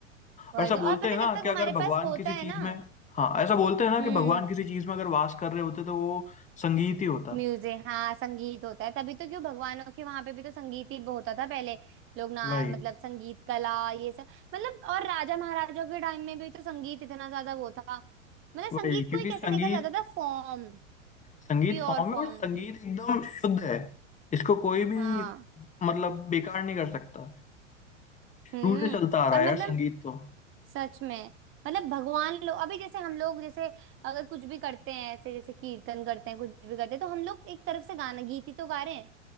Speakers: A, on the right; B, on the left.
A: वही
B: और ऐसा
A: तो
B: बोलते
A: और पता
B: हैं
A: है
B: ना
A: जब तक
B: कि
A: हमारे
B: अगर भगवान
A: पास होता
B: किसी
A: है
B: चीज
A: ना
B: में हाँ ऐसा बोलते हैं ना
A: हम्म
B: कि भगवान किसी चीज में अगर वास कर रहे होते तो वो संगीत ही होता
A: म्यूजिक हाँ संगीत होता है तभी तो क्यों भगवानों के वहां पे भी तो संगीत ही होता था पहले लोग ना
B: वही
A: मतलब संगीत कला ये सब मतलब और राजा महाराजाओं के टाइम में भी तो संगीत इतना ज्यादा वो था मतलब
B: वही
A: संगीत
B: क्योंकि
A: को ही कैसे
B: संगीत
A: देखा जाता था फॉर्म
B: संगीत
A: प्योर
B: फॉर्म है
A: फॉर्म
B: और संगीत एकदम शुद्ध है इसको कोई भी
A: हाँ
B: मतलब बेकार नहीं कर सकता
A: हम्म
B: रूट से चलता आ रहा
A: और
B: है
A: मतलब
B: यार संगीत तो
A: सच में मतलब भगवान लोग अभी जैसे हम लोग जैसे अगर कुछ भी करते हैं ऐसे जैसे कीर्तन करते हैं कुछ भी करते हैं तो हम लोग एक तरफ से गाना गीत ही तो गा रहे हैं